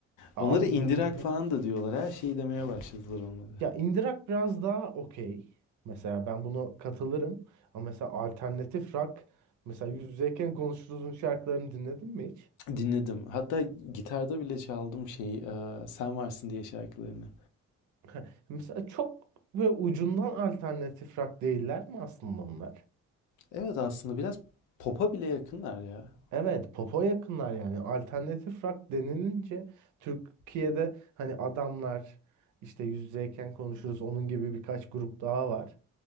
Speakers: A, on the right; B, on the left.
A: Ha
B: Onları
A: Abi
B: indirak
A: bu, o- bu
B: falan da diyorlar. Her şeyi demeye başladılar onlara.
A: ya indie rock biraz daha okey. Mesela ben buna katılırım. Ama mesela alternatif rock mesela yüz yüzeyken konuşuruzun şarkılarını dinledin mi hiç?
B: Dinledim. Hatta gitarda bile çaldım şey, e, Sen Varsın diye şarkılarını.
A: <laughs> Mesela çok ve ucundan alternatif rock değiller mi aslında onlar?
B: Evet aslında biraz pop'a bile yakınlar ya.
A: Evet, popa yakınlar yani. Alternatif rock denilince Türkiye'de hani adamlar işte yüz yüzeyken konuşuruz onun gibi birkaç grup daha var.